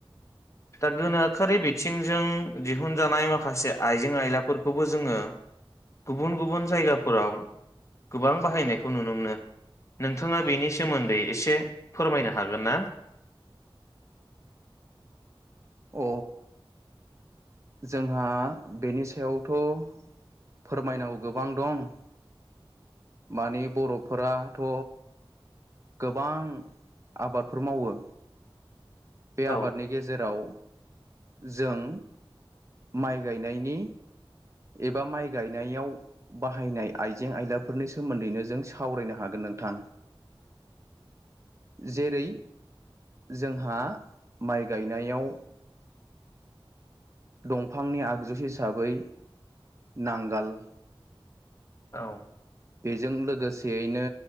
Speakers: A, on the left; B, on the right.
A: दा गोनोखोआरि बि, ससथिंजों दिहुनजानाय माखासे आइजें आयलाफोरखौबो जोङो गुबुन गुबुन जायगाफोराव गोबां बाहायनायखौ नुनो मोनो नोंथाङा बेनि सोमोन्दै एसे फोरमायनो हागोन ना?
B: अ जोंहा बेनि सायावथ' फोरमायनांगौ गोबां दं माने बर'फोराथ' गोबां आबादफोर मावो। बे आबादनि
A: औ
B: गेजेराव जों माइ गायनायनि एबा माइ गायनायाव बाहायनाय आइजें-आयलाफोरनि सोमोन्दैनो जों सावरायनो हागोन नोंथां। जेरै जोंहा माइ गायनायाव दंफांनि आगजु हिसाबै नांगाल
A: औ।
B: बेजों लोगोसेयैनो